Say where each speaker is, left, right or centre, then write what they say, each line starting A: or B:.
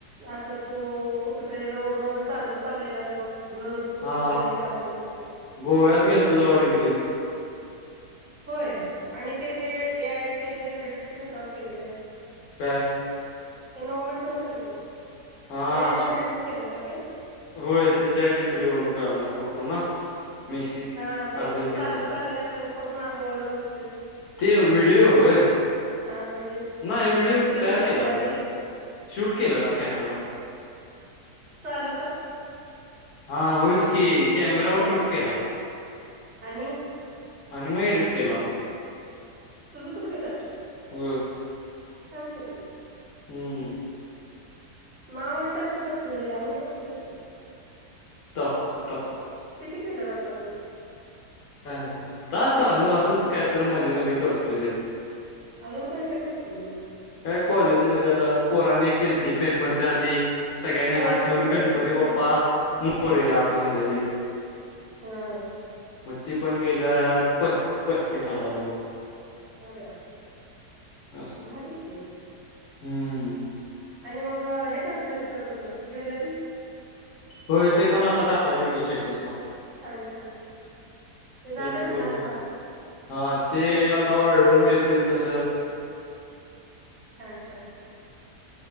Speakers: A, on the right; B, on the left.
A: असं तो कुठेतरी रोड वरन चालत चाललेला बघ घर होती कुठली
B: हा
A: गल्ली दाखवलीस
B: गोव्यात गेल तो ज वरील गेल
A: होय आणि ते जे केलंय जनरेटर ते कसवर केलेलं आहे
B: काय
A: ए नो मििटो त ल बुक
B: हा
A: ए आय
B: असू
A: जनरेटर
B: दे.
A: केलंस का ते
B: होय ते चॅट जीपीटी वरून काढलात फटू ना मेसी.
A: हा ते
B: अर्जेंटिनाचा
A: चालत चाललेल असते बापर मागं वळून बघतेस
B: ते व्हिडिओ होय
A: हा व्हिडिओच की
B: नाही व्हिडिओ
A: रील
B: तयार
A: केलेला
B: केला
A: रील
B: मी शूट केलेला कॅमेरावर
A: चाल
B: हा होयच की कॅमेरावर
A: हा
B: शूट केला
A: आणि
B: आणि मग एडिट केला
A: तुझं तू केलंस
B: हो
A: शम केले क
B: हम्म हम्.
A: मा म्हलतााकचा ककी रहिलाम मही बघतोय की
B: तक
A: किती गेलेत आतापर्यंत
B: का नाही आता चालू असंच काय तर मध्येे मध्ये करतो
A: अजून काय काय करतेय मक
B: काय कॉलेजमध्येध्ये आता पोराने केल त पेपरच्या आधी सगळ्यांनी
A: हो
B: हात
A: बघितलं
B: ठेवून गणपती
A: ते पण
B: बाप्पा
A: मी
B: मोरे अस समज ललित
A: हम
B: मग ती पण गेल्या प पस्तीस हजार वर
A: अरे
B: असं
A: भारी ते
B: हम्म
A: आणि मग हे टाकतोयस का तुझं ज्वेलरी
B: होय ते पण आता टाकाल की स्टेटस ला
A: छान छान छान हे झाले
B: ते आता
A: बघ दहा
B: बघा
A: सहा
B: हा ते आता ऑर्डर मिळतील तस
A: छान छान छान